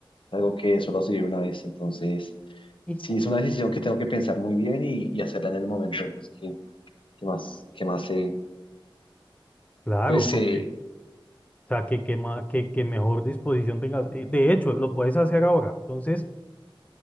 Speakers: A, on the left; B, on the left.
A: algo que solo se vive una vez, entonces
B: y
A: sí es una decisión que tengo que pensar muy bien y, y hacerla en el momento, pues que, que más, que más se,
B: Claro,
A: pues se,
B: porque, o sea, que, que, ma- que, que mejor disposición tengas. Eh, De hecho, lo puedes hacer ahora. Entonces,